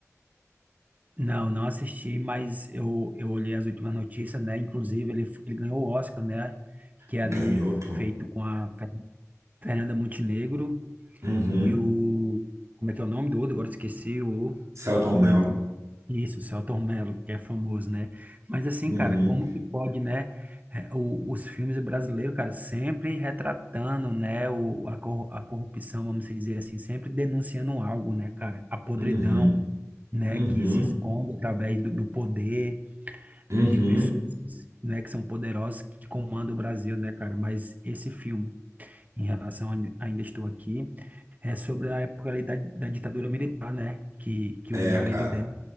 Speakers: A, on the right (about 30°); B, on the right (about 70°).
A: Não, não assisti, mas eu, eu olhei as últimas notícias, né? Inclusive, ele, f- ele ganhou o Oscar, né? Que é
B: Ganhou,
A: ali
B: pô.
A: feito com a Fernanda Montenegro
B: Uhum.
A: e o. Como é que é o nome do outro? Agora eu esqueci o
B: Selton
A: o
B: Mello.
A: Branquinho. Isso, o Selton Mello, que é famoso, né? Mas assim,
B: Uhum,
A: cara, como que pode, né? é, o- os filmes brasileiros, cara, sempre retratando, né, o, a, cor- a corrupção, vamos dizer assim, sempre denunciando algo, né, cara? A podridão,
B: uhum,
A: né,
B: uhum,
A: que se esconde através do, do poder
B: uhum.
A: de pessoas, né, que são poderosas, que comandam o Brasil, né, cara? Mas esse filme em relação a onde ainda estou aqui, é sobre a época ali da, da ditadura militar, né? Que, que
B: É,
A: o marido
B: cara.
A: dela,